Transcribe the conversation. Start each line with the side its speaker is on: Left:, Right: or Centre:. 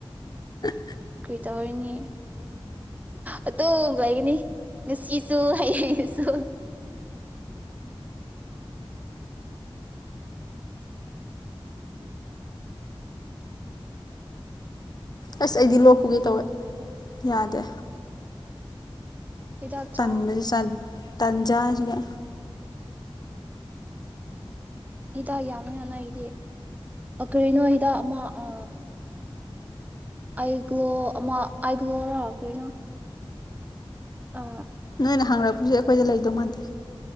Left: ꯍ
Right: ꯀꯔꯤ ꯇꯥ ꯑꯣꯏꯔꯤꯅꯤ ꯑꯗꯨ ꯂꯩꯒꯅꯤ ꯅꯨꯡꯁꯤꯁꯨ ꯍꯩ ꯍꯩꯁꯨ
Left: ꯑꯁ ꯑꯩꯗꯤ ꯂꯣꯛꯄꯒꯦ ꯇꯧꯋꯦ ꯌꯥꯗꯦ
Right: ꯍꯤꯗꯥꯛ ꯆꯥꯎ
Left: ꯇꯟꯕ ꯁꯠ ꯇꯥꯟꯖꯥꯖꯤꯒ
Right: ꯍꯤꯗꯥꯛ ꯌꯥꯝꯅ ꯉꯅ ꯑꯩꯗꯤ ꯀꯔꯤꯅꯣ ꯍꯤꯗꯥꯛ ꯑꯃ ꯑ ꯑ ꯭ꯂꯣ ꯑꯃ ꯑꯥꯏꯒ꯭ꯂꯣꯔꯥ ꯀꯔꯤꯅꯣ ꯑ
Left: ꯅꯣꯏꯅ ꯍꯥꯡꯉꯛꯄꯁꯨ ꯑꯩꯈꯣꯏꯗ ꯂꯩꯗꯧ ꯃꯥꯟꯗꯦ